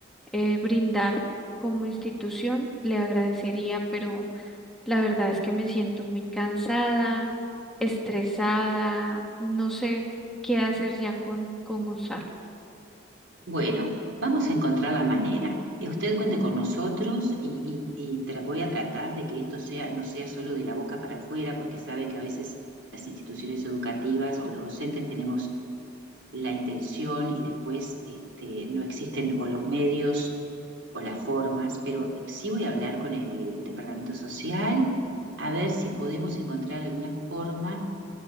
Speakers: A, in the centre; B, on the right (about 80°).
A: eh, brindar como institución, le agradecería, pero la verdad es que me siento muy cansada, estresada, no sé qué hacer ya con, con Gonzalo.
B: Bueno, vamos a encontrar la manera. Eh, Usted cuente con nosotros y, y- y tra- voy a tratar de que esto sea, no sea solo de la boca para afuera, porque sabe que a veces las instituciones educativas o los docentes tenemos la intención y después este, no existen o los medios o las formas, pero sí voy a hablar con el Departamento Social a ver si podemos encontrar alguna forma